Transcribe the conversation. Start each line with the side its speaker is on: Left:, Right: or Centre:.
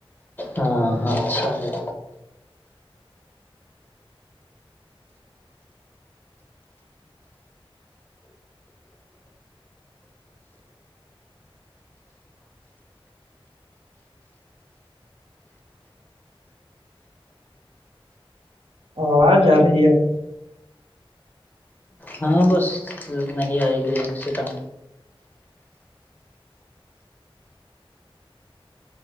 Left: ہاں اچھا ہے
Right: ا آ ج آ رہی ہےپ
Left: ہاں بس نہیں آئے گی ایک سیکنڈ